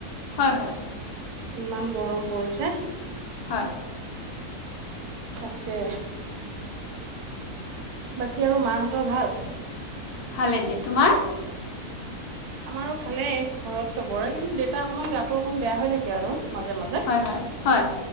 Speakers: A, on the left (about 85°); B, on the right (about 80°).
A: হয় হয়
B: ইমান গৰম পৰিছে।
A: হয়
B: তাকে। বাকী আৰু মাহঁতৰ ভাল?
A: ভালে দিয়া তোমাৰ?
B: আমাৰো ভালেই ঘৰত চবৰে কিন্তু দেউতা অকমান গাটো অকমান বেয়া হৈ থাকে আৰু। মাজে মাজে
A: হয় হয় হয়।